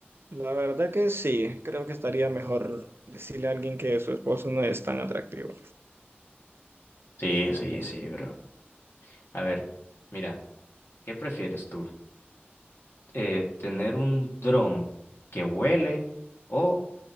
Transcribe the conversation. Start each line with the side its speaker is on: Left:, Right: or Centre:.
Right: la verdad que sí, creo que estaría mejor decirle a alguien que su esposo no es tan atractivo.
Left: Sí, sí, sí, bro. A ver, mira, ¿qué prefieres tú? eh, tener un dron que huele o